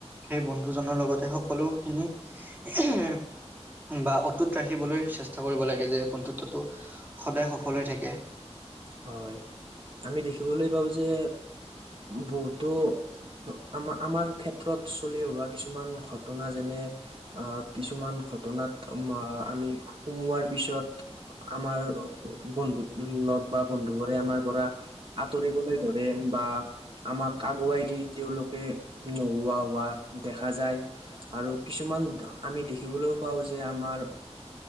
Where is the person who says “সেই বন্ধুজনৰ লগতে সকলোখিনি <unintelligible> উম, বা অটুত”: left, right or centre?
Right